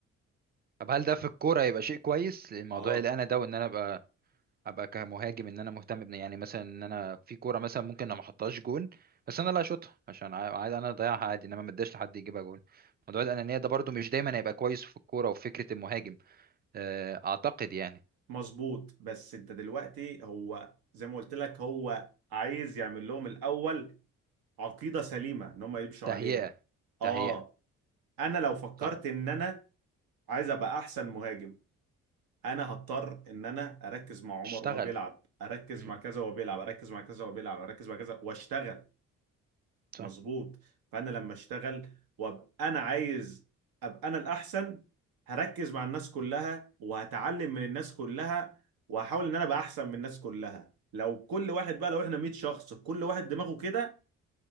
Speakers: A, on the right; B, on the right.
A: طب هل ده في الكوره يبقى شيء كويس الموضوع
B: اه
A: اللي انا ده وان انا ابقى ابقى كمهاجم ان انا مهتم بن يعني مثلا ان انا في كوره مثلا ممكن انا ما احطهاش جون بس انا اللي اشوطها عشان عا- عايز انا اضيعها عادي انما ما اداش لحد يجيبها جون موضوع الانانيه ده برضو مش دايما هيبقى كويس في الكوره وفي فكره المهاجم آه، اعتقد يعني
B: مظبوط بس انت دلوقتي هو زي ما قلت لك هو عايز يعمل لهم الاول عقيده سليمه ان هم يمشوا
A: تهيئه
B: عليها اه
A: تهيئه
B: انا لو فكرت
A: صح
B: ان انا عايز ابقى احسن مهاجم انا هضطر ان انا اركز مع عمر
A: اشتغل
B: وهو بيلعب اركز
A: مم.
B: مع كذا وهو بيلعب اركز مع كذا وهو بيلعب اركز مع كذا واشتغل
A: صح
B: مظبوط فانا لما اشتغل وابقى انا عايز ابقى انا الاحسن هركز مع الناس كلها وهتعلم من الناس كلها وهحاول ان انا ابقى احسن من الناس كلها لو كل واحد بقى لو احنا 100 شخص كل واحد دماغه كده